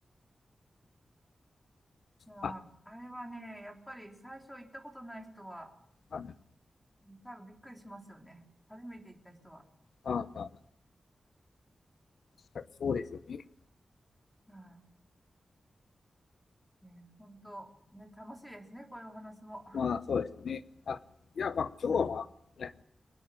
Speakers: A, in the centre; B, on the left.
A: いやー、
B: あ、
A: あれはね、やっぱり最初行ったことない人は、
B: あ、ま
A: 多分びっくりしますよね。初めて行った人は。
B: あ、あ、確かにそうですよね。
A: はい。ね、本当、ね、楽しいですね、こういうお話も。は
B: まあ、そうですよね。あ、じゃあ、まあ、今日は、
A: い。
B: まあ、ね、